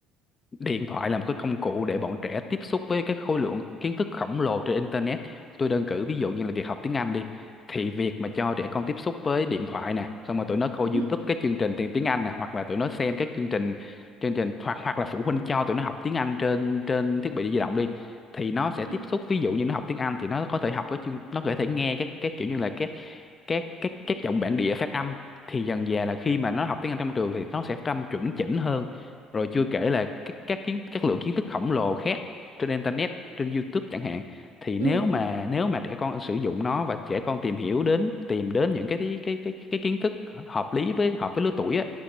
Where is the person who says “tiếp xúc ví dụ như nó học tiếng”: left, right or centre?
Left